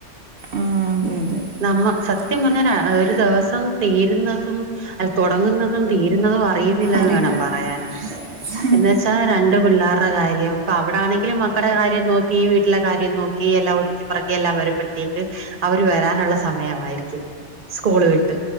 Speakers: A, on the right; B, on the right.
A: ആഹ് അതെ അതെ
B: നമ്മ
A: നമ്മൾ
B: സത്യം പറഞ്ഞാ ഒര
A: പറഞ്ഞ
B: ഒര് ദിവസം തീരുന്നതും അല്ല തൊടങ്ങുന്നതും തീരുന്നതും അറിയ് ന്നില
A: അറിയില്ല
B: വേണം
A: എന്ന്
B: പറയാന്
A: പറയാൻ.
B: എന്ന് വെച്ചാ രണ്ട് പിള്ളാറ്ടെ കാര്യം അപ്പൊ അവടാണെങ്കിലും മക്കടെ കാര്യം നോക്കി വീട്ടില കാര്യം നോക്കി എല്ലാം ഒതുക്കി പറക്കി എല്ലാം വരുപ്പെട്ത്തി ക്ക് അവര് വരാനള്ള സമയമായിരിക്കും സ്കൂള് വിട്ട്